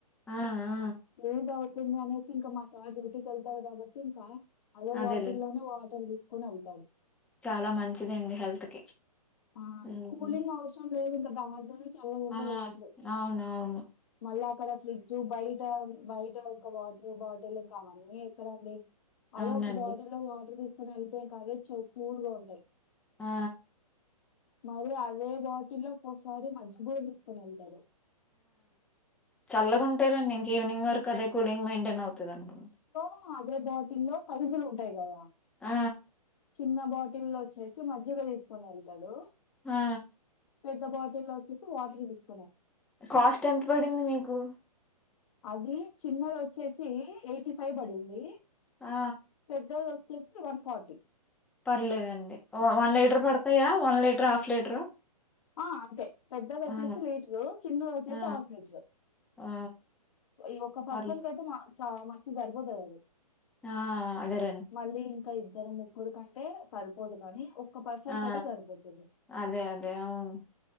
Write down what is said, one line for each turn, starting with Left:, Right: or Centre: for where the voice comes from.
Centre: ఆ ఆ
Left: లే తుంది అనేసి ఇంకా మా సార్ డూటీకి వెళ్తాడు కాబట్టి ఇంకా అదే
Centre: అదేలే
Left: బాటిల్లోనే వాటర్ తీసుకొని వెళ్
Centre: చాలా మంచిదండి హెల్త్ కి
Left: ఆ
Centre: ఉమ్
Left: కూలింగ్ అవసరం లేదు ఇంకా దాంట్లోనే చల్లగా ఉంటాయి
Centre: ఆ
Left: వాటర్
Centre: అవును అవును
Left: మళ్ళా అక్కడ ఫ్రిజ్ ఫ్రీజ్ బయట బయట ఒక వాటర్ బాటిల్ ఇంకా అవన్నీ ఎక్కడండి అదే
Centre: అవునండి
Left: ఒక బాటిల్ లో వాటర్ తీసుకొని వెళ్తే ఇంకా అవే చాలా కూల్గా ఉంటాయి
Centre: ఆ
Left: మరి అదే బట్ టిల్లో ఒకసారి మంచి కూడ తీసుకొని వెళ్తాడు
Centre: చల్లగాంటరండి
Left: ఆ,
Centre: ఇంక ఈవినింగ్ వరకు అదే కూలింగ్ మెయింటైన్ అవుతుంది అనుకుంట
Left: ఆ అదే బాటిల్లో సైజులు ఉంటాయి కదా
Centre: ఆ
Left: చిన్న బాటిల్ల్లో వచ్చేసి మజ్జిగ తీసుకుని వెళ్తాడు
Centre: ఆ
Left: పెద్ద బాటిల్లో వచ్చేసి వాటర్ తీస్
Centre: కాస్ట్ ఎంత పడింది మీకు
Left: అది చిన్నది వచ్చేసి ఎయిటీ ఫైవ్ పడింది
Centre: ఆ
Left: పెద్దది వచ్చేసి వన్ ఫార్టీ
Centre: పర్లేదండి వన్ లీటర్
Left: ఆ
Centre: పడతాయా వన్ లీటర్ హాఫ్ లీటరు
Left: ఆ అంతే పెద్దది వచ్చేసి
Centre: ఆ
Left: లీటరు చిన్నది వచ్చేసి
Centre: ఆ
Left: హాఫ్ లీటరు
Centre: ఆ
Left: ఈ ఒక్క పర్సన్
Centre: పర్లే
Left: కయితే మా చ మస్తు సరిపోతాయి అవి
Centre: ఆ అదేలేండి
Left: మళ్ళీ ఇంకా ఇద్దరు ముగ్గురు కంటే సరిపోదు కానీ ఒక పర్సన్
Centre: ఆ
Left: కి అయితే సరిపోతుంది
Centre: అదే అదే అవును